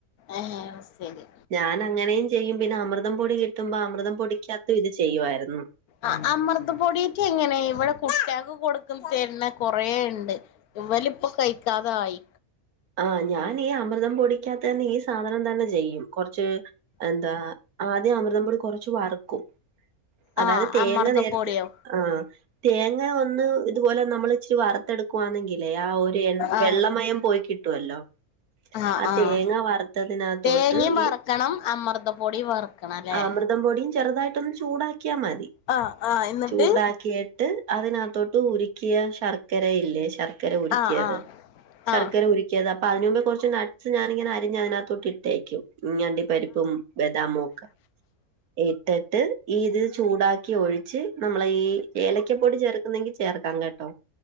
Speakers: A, on the left (about 80°); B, on the right (about 75°).
A: ആഹ് സെരി.
B: ഞാൻ അങ്ങനെയും ചെയ്യും പിന്നെ അമൃതം പൊടി കിട്ടുമ്പോ അമൃതം പൊടിക്യാത്തും ഇത് ചെയ്യുവാരുന്നു.
A: ആ അമൃതം പൊടീക്കെങ്ങനെ ഇവിടെ കുട്ട്യാൾക്ക് കൊട്ക്കും തര്ന്ന കൊറേണ്ട്. ഇവലിപ്പം കയ്ക്കാതായി.
B: ആ ഞാൻ ഈ അമൃതം പൊടി ക്യാത്ത്ന്നെ ഈ സാധനം തന്നെ ചെയ്യും കൊർച്ച് എന്താ ആദ്യം അമൃതംപൊടി കൊർച്ച് വർക്കും അതായത്
A: ആഹ്
B: തേങ്ങ
A: അമൃതപ്പൊടിയോ
B: നേര്ത്ത് ആഹ്. തേങ്ങ ഒന്ന് ഇത്പോലെ നമ്മൾ ഇച്ചിരി വറുത്തെടുക്കുവാന്നെങ്കിലേ ആ ഒരു എൺ
A: ആഹ്
B: വെള്ളമയം പോയി കിട്ട ട്ടുവല്ലോ.
A: ആഹ്
B: ആ
A: ആഹ്
B: തേങ്ങ വറുത്തതിനകത്തോട്ട്
A: തേങ്ങയും വറക്കണം
B: ഈ
A: അമൃതപ്പൊടി വറക്കണം അല്ലേ
B: ആമൃ മൃതം പൊടിയും ചെറുതായിട്ടൊന്ന് ചൂടാക്യാൽ മതി
A: ആഹ് ആഹ് എന്നിട്ട്
B: ചൂടാക്കി ട്ട് അതിനാത്തോട്ട് ഉരുക്കിയ ശർക്കര ഇല്ലേ ശർ ശർക്കര ഉരുക്കിയത്
A: ആഹ് ആഹ്
B: ശർക്കര
A: ആഹ്
B: ഉരുക്കിയത് അപ്പാ അയ്നുമ്പേ കൊർച്ചൊന്നര ഞാനിങ്ങനെ അരിഞ് അതിനകത്തോട്ട് ഇട്ടേക്കും ഇ അണ്ടി പരിപ്പും ബദാംമും ഒക്കെ. ഇട്ടിട്ട് ഈ ഇത് ചൂടാക്കി ഒഴിച്ച് നമ്മള് ഈ ഏലക്കപ്പൊടി ചേർത്ത് ണങ്കി ചേർക്കാം കേട്ടോ.